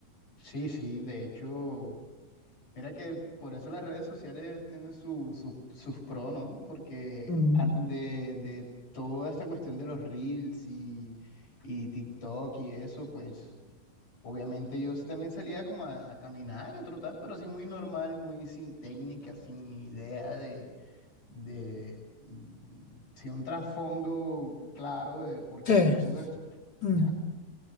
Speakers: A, on the left (about 55°); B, on the left (about 30°).
A: Sí, sí, de hecho, Mira que por eso las redes sociales tienen su- su- sus pros, ¿no? Porque
B: Mm,
A: antes de, de toda esta cuestión de los reels y, y TikTok y eso, pues obviamente yo sí también salía como a, a caminar, a trotar, pero sí muy normal, muy sin técnica, sin idea de, de, mm, sin un trasfondo claro de por qué
B: Sí,
A: estoy haciendo Sí. esto.
B: mm,
A: Ya.